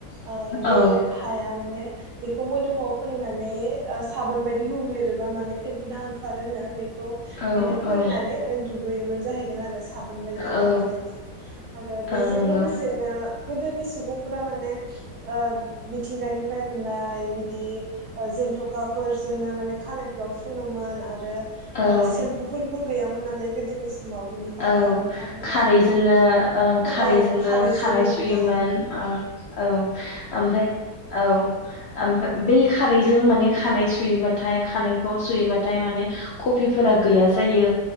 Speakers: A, on the right; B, on the left.
A: ओ बे
B: औ
A: हाया माने बेखौ मोदोमाव फोननानै ओ साबोन बायदि हुब्लेरोबा माने फेब्रि <unintelligible> फेंखोना ओंरोनो बेखौ बेखौ
B: औ
A: माने फोननानै
B: औ
A: माने दुगैयोमोन जाहैदों आरो साबोन बायदि
B: औ
A: बाहायनानै आरो बेजों
B: औ नंगौ
A: लोगोसेनो गोदोनि सुबुंफोरा माने ओ मिथिंगानिफ्राय मोननाय बिदि ओ जेन्थ'खाफोरजोंनो माने खानायफोराव फुनोमोन आरो
B: औ
A: ओ सेम्पु फोरबो गैयामोन नालाय गोदोनि समाव बिनिखायनो
B: औ
A: बिथांमोना
B: खारैजोंनो ओं खारैजोंनो
A: औ खारैजों
B: खानाय
A: लोबनाय
B: सुयोमोन ओं औ ओमफ्राय औ ओमफा बै खारैजों माने खानाय सुयोबाथाय खानायखौ सुयोबाथाय माने ख खावफिफोरा गैया जायो